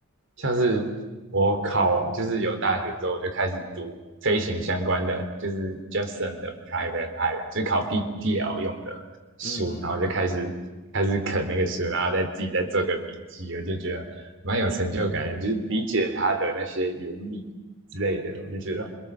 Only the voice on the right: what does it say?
像是我考，就是有大学之后，我就开始读飞行相关的，就是 Justin 的 Private Pilot，就是考 PPL 用的书，
然后就开始开始啃那个书，
然后再自己再做个笔记，我就觉得蛮有成就感的，就是理解它的那些原理之类的，我就觉得